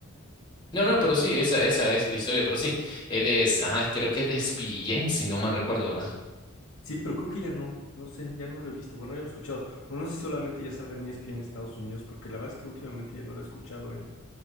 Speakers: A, on the left (about 20°); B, on the left (about 85°).
A: No, no, pero sí, esa, esa es la historia, pero sí, él es, ajá, creo que es de Spillén, si no mal recuerdo, ¿verdad?
B: Sí, pero creo que ya no, no sé, ya no lo he visto. Bueno, ya no he escuchado. O no sé si solamente ya salga en ESPN en Estados Unidos, porque la verdad es que últimamente ya no lo he escuchado en